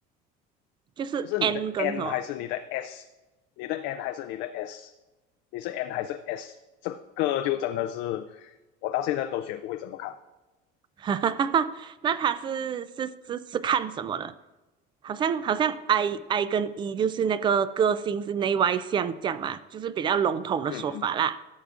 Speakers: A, on the right; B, on the left.
A: 就是
B: 就是你的
A: N 跟什么？
B: n 还是你的 s，你的 n 还是你的 s，你是 n 还是 s，这个就真的是我到现在都学不会怎么看。
A: <laughs> 哈哈哈哈，那他是是是是看什么的？好像好像 I I 跟 E 就是那个个性是内外向这样嘛，就是比较笼统的说法啦。
B: 嗯嗯